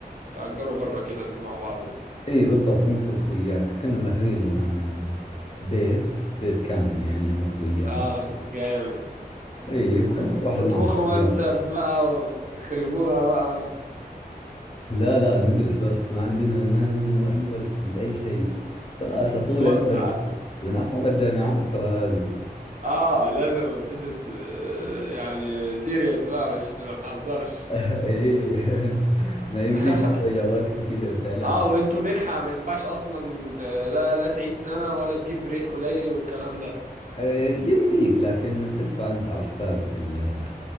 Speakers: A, on the right (about 50°); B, on the left (about 35°).
A: تأجروا بره كده انتوا مع بعض
B: إيه بالضبط أنت وأخوياك كنا ماخذين لنا بيت بيت كامل يعني أنا وأخوياي
A: اه جامد
B: إيه وكان
A: تطبخ-
B: كل واحد
A: تطبخوا
B: معه سيارة
A: منسف بقى وتخربوها بقى
B: لا لا ندرس بس ما عندنا ما عندنا أي وقت لأي شيء دراسة طول
A: <laughs>
B: الوقت من أصعب الجامعات ترى هذه
A: اه لازم تدرس آه، يعني سيريس بقى مش ما نهزرش
B: <laughs> ايه <laughs> ما يمديك
A: <laughs>
B: تضيع وقت وكذا وتلعب
A: اه وانتوا منحة ما ينفعش اصلا ت- لا لا تعيد سنة ولا تجيب ريت قليل والكلام ده
B: إيه، يمديك لكن بتدفع انت على حسابك ال-